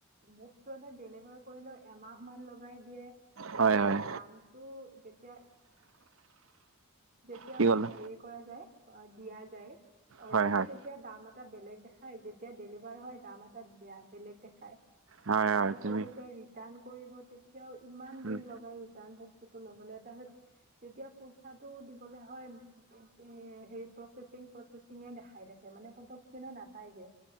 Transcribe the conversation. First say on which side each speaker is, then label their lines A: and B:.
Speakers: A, on the right; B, on the right.
A: বস্তু এটা ডেলিভাৰ কৰিলে এমাহ মান লগাই। লগাই দিয়ে। তাৰ
B: হয়
A: পিছত
B: হয়
A: দামতটো যেতিয়া, যেতিয়া
B: কি
A: মানে
B: ক'লা
A: হেৰি কৰা যায় দিয়া যায় অৰ্ডাৰ
B: হয় হয়
A: টো, তেতিয়া এতিয়া দাম এটা বেলেগ দেখাই, যেতিয়া ডেলিভাৰ হয় দাম এটা বেয়া- বেলেগ দেখায়।
B: হয়
A: তাৰ
B: হয়
A: পিছত
B: তুমি
A: যেতিয়া ৰিৰ্টাণ কৰিব, তেতিয়াও ইমান
B: উম
A: দিন লগাই ৰিৰ্টাণ বোৰ। সেইটো লবলে <unintelligible> যেতিয়া পইচাটো দিবলে হয়। এ হেৰি প্ৰচেচিং প্ৰচেচিং চিঙে দেখাই থাকে, মানে পতক কেনে নাপায়গে।